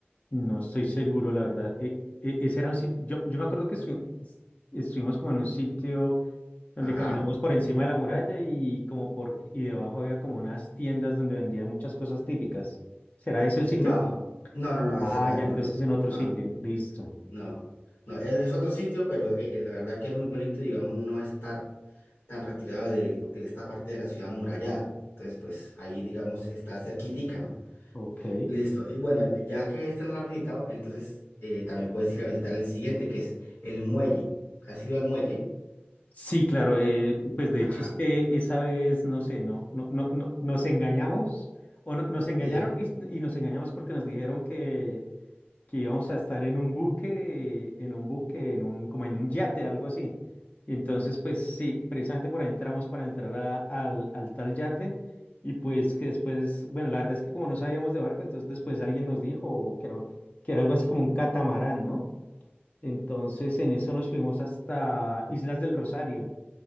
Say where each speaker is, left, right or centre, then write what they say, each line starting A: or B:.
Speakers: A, on the left (about 40°); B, on the left (about 75°).
A: No estoy seguro, la verdad. E- e- ese era un sitio, yo, yo me acuerdo que estu- estuvimos como en un sitio donde
B: Ajá,
A: caminamos por encima de la muralla y como por y debajo había como unas tiendas donde vendían muchas cosas típicas. ¿Será ese el sitio?
B: no, no, no, no,
A: Ah,
B: ese no es,
A: ya, entonces
B: no, no, no.
A: es en otro
B: no.
A: sitio. Listo.
B: No, no, es, es otro sitio, pero eh, la verdad que es muy bonito, digamos, no está tan retirado de, de esta parte de la ciudad amurallada. Entonces, pues ahí, digamos, está cerquitica, ¿no?
A: Ok.
B: Listo. Y bueno, ya que este no lo has visitado, entonces eh, también puedes ir a visitar el siguiente, que es el muelle. ¿Has ido al muelle?
A: Sí, claro, eh, pues de
B: Ajá.
A: hecho es que esa vez, no sé, no, no, no, no- nos engañamos o no- nos engañaron
B: Sí.
A: y, y nos engañamos porque nos dijeron que, que íbamos a estar en un buque, eh, en un buque, en un, como en un yate, algo así. Y entonces, pues sí, precisamente por ahí entramos para entrar a- al, al tal yate y pues que después, bueno, la verdad es que como no sabíamos de barco, entonces después alguien nos dijo que era, que era algo así como un catamarán, ¿no? Entonces en eso nos fuimos hasta Islas del Rosario.